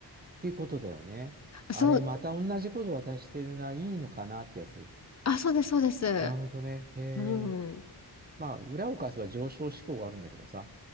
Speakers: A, on the right; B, on the left.
A: ていうことだよね。あれ、
B: そう、
A: また同じこと渡してるな、いいのかなってやつ。
B: あ、そうです、そうです。
A: なるほどね。へえ。
B: うん。
A: まあ、裏を返せば上昇志向があるんだけどさ。